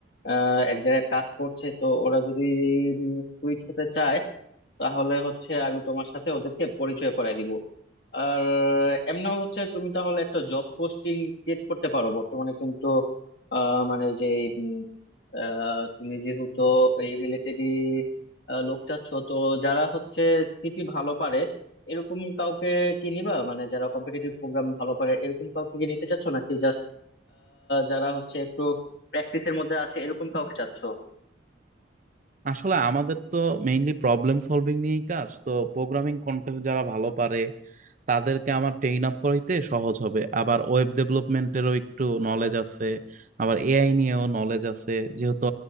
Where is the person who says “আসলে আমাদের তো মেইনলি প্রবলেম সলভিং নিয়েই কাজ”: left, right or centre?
Right